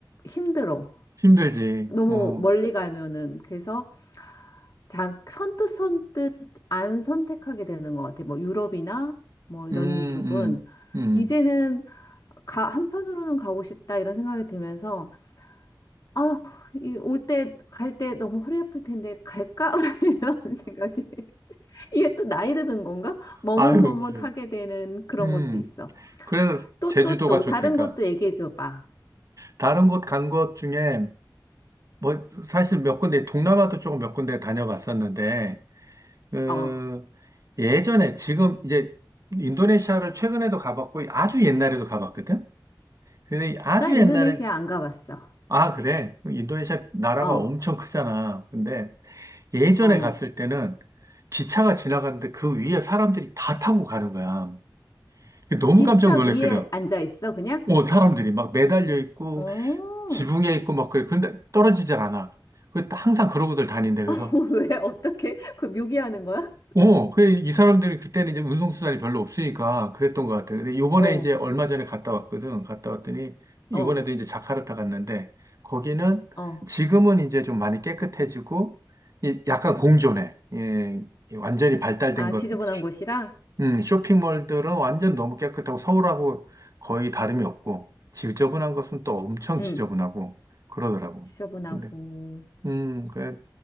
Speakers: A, on the left (about 50°); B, on the right (about 45°).
A: 힘들어.
B: 힘들지.
A: 너무
B: 어,
A: 멀리 가면은 그래서 자, 선뜻 선뜻 안 선택하게 되는 것 같아. 뭐 유럽이나 뭐 이런
B: 음,
A: 쪽은
B: 음, 음.
A: 이제는 가, 한편으로는 가고 싶다 이런 생각이 들면서 아, 이올 때, 갈 때 너무 허리 아플 텐데 갈까? <laughs> 이런 생각이. 이게 또 나이 드는 건가? 머뭇머뭇하게
B: 아유, 그래.
A: 되는 그런
B: 음.
A: 것도 있어.
B: 그래서
A: 또
B: 제주도가
A: 또 또
B: 좋다니까.
A: 다른 것도 얘기해 줘 봐.
B: 다른 곳 간 것 중에 뭐 사실 몇 군데 동남아도 조금 몇 군데 다녀봤었는데 그
A: 어,
B: 예전에 지금 이제 인도네시아를 최근에도 가봤고 아주 옛날에도 가봤거든. 근데 이 아주
A: 난 인도네시아
B: 옛날에
A: 안 가봤어.
B: 아 그래 인도네시아 나라가
A: 어,
B: 엄청 크잖아. 근데 예전에
A: 어.
B: 갔을 때는 기차가 지나가는데 그 위에 사람들이 다 타고 가는 거야. 너무
A: 기차
B: 깜짝 놀랐거든.
A: 위에 앉아 있어, 그냥?
B: 오 사람들이 막 매달려 있고
A: 어,
B: 지붕에 있고 막 그래. 그런데 떨어지질 않아. 그 항상 그러고들 다닌대. 그래서
A: <laughs> 왜, 어떻게, 그 묘기하는 거야?
B: 어, 그, 이 사람들이 그때는 이제 운송수단이 별로 없으니까 그랬던 것 같아요. 근데 요번에
A: 어,
B: 이제 얼마 전에 갔다 왔거든. 갔다 왔더니, 요번에도
A: 어,
B: 이제 자카르타 갔는데, 거기는
A: 어.
B: 지금은 이제 좀 많이 깨끗해지고, 이- 약간 공존해. 예, 이 완전히 발달된
A: 아,
B: 것,
A: 지저분한
B: 쇼-
A: 곳이랑?
B: 음, 쇼핑몰들은 완전 너무 깨끗하고 서울하고 거의 다름이 없고, 지저분한 것은 또 엄청
A: 응,
B: 지저분하고 그러더라고.
A: 지저분하고.
B: 근데, 음, 그,